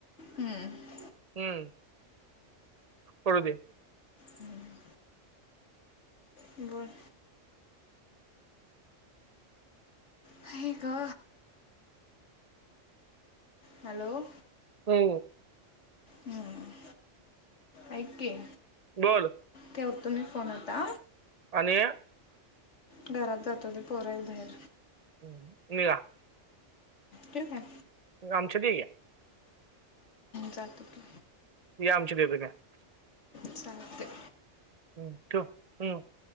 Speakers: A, on the left; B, on the right.
A: हम्म
B: हम्म करू दे
A: हम् बन ह का हॅलो
B: हो
A: हम्म ऐके
B: बोल
A: ठेवतो मी फोन आता
B: आणि
A: घरात जातो ते पोर हाहीत बाहेर
B: हम् निवा <unintelligible>
A: ठेऊ काय
B: आमच्या ते आहे <unintelligible>
A: जातक <unintelligible>
B: या आमचे घे <unintelligible> काय <unintelligible>
A: सांगते
B: हम ठेव हम् <unintelligible>